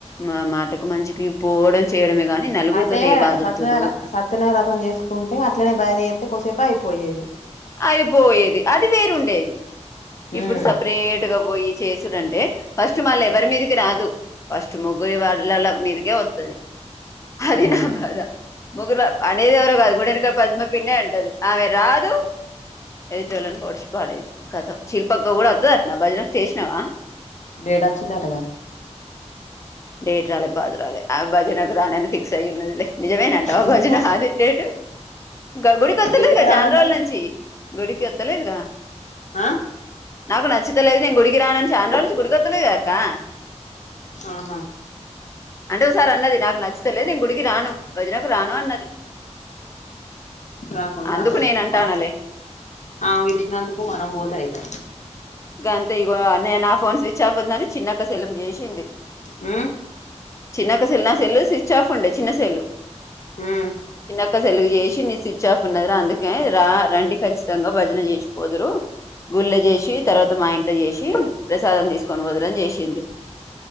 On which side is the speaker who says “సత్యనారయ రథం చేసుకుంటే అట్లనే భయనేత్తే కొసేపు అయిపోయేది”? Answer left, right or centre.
Left